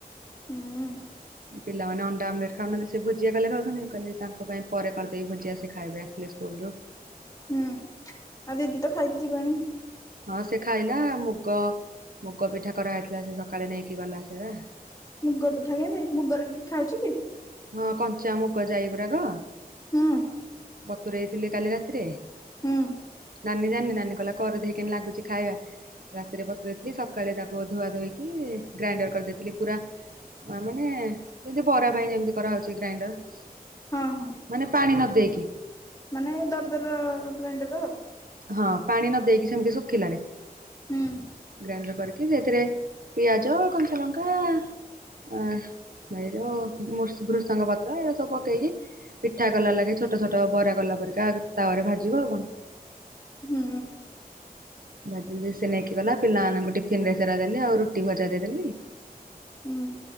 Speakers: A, on the left; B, on the right.
A: ହୁଁ
B: ପିଲାମାନେ ଅଣ୍ଡା ଅଣ୍ଡା ଆମଲେଟ୍ ଖାଉନାହାନ୍ତି ସେ ଭୁଜିଆ କଲେ ଖାଉଛନ୍ତି ମୁଁ କହିଲି ତାଙ୍କ ପାଇଁ ପରେ କରିଦେବି ଭୂଜିଆ ସେ ଖାଇବା ଆସିଲେ ସ୍କୁଲ ରୁ।
A: ହୁଁ ଆଉ ଦିଦି ତ ଖାଇକି ଯିବେଣି?
B: ହଁ ସେ ଖାଇଲା ମୁଗ ମୁଗ ପିଠା କରାହେଇଥିଲା ସେ ସକାଳେ ନେଇକି ଗଲା ସେରା।
A: ମୁଗ ପିଠା କେମତି ମୁଗରେ ବି ପିଠା ହଉଛି କି?
B: ହଁ କଞ୍ଚାମୁଗ ଯାଇଗୁଡାକ
A: ହୁଁ
B: ବତୁରେଇଥିଲି କାଲି ରାତିରେ।
A: ହୁଁ
B: ନାନୀ ଜାନି ନାନୀ କହିଲା କରିଦେଇ କେମତି ଲାଗୁଛି ଖାଇବା? ରାତିରେ ବତୁରେଇ ଥିଲି ସକାଳେ ତାକୁ ଧୁଆ ଧୋଇକି ଗ୍ରାଇଣ୍ଡର କରିଦେଇଥିଲି ପୁରା। ମା ମାନେ ଯେମିତି ବରା ପାଇଁ ଯେମିତି କରାହଉଛି ଗ୍ରାଇଣ୍ଡର
A: ହଁ ହଁ।
B: ମାନେ ପାଣି ନ ଦେଇକି?
A: ମାନେ ଦର ଦର ଗ୍ରାଇଣ୍ଡର ଆଉ।
B: ହଁ ପାଣି ନ ଦେଇକି ସେମିତି ଶୁଖିଲାରେ
A: ହୁଁ
B: ଗ୍ରାଇଣ୍ଡର କରିକି ସେଇଥିରେ- ପିଆଜ କଞ୍ଚା ଲଙ୍କା ଆ ବାଇ ର ମୃ ଭୃସଙ୍ଗ ପତ୍ର ଏରା ସବୁ ପକେଇକି ପିଠା କଲା ଲାଗେ ଛୋଟ ଛୋଟ ବରା କଲା ପରିକା ତାୱା ରେ ଭାଜିବ ଆଉ କଣ?
A: ହୁଁ।
B: ଭାଜିଲେ ସେ ନେଇକି ଗଲା ପିଲାମାନଙ୍କୁ ଟିଫିନ ରେ ସେରା ଦେଲି ଆଉ ରୁଟି ଭଜା ଦେଇଦେଲି।
A: ହୁଁ।